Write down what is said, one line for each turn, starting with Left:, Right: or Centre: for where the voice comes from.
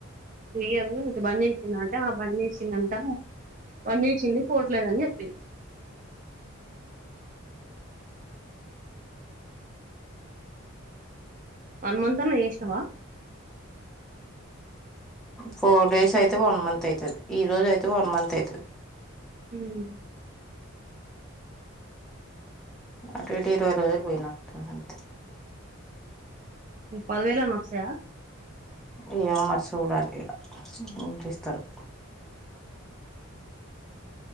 Right: యదు ఇట్ట బంద్ చేసిందంటే ఆ బంద్ చేసిందింతా బంద్ చేసింది పోట్లేదుని చెప్పింది వన్ మంత్ అన్నా చేసినావా
Centre: ఫోర్ డేస్ అయితే వన్ మంత్ అయితుది ఈ రోజు అయితే వన్ మంత్ అయితది
Right: హ్మ్
Centre: అటు ఇటు ఇరవై రోజులు పోయినట్టుంది అంతే
Right: పదివేల్ అన్ వస్తాయా
Centre: ఏమో మరి చూడాలి ఇగ ఎంత ఇస్తారో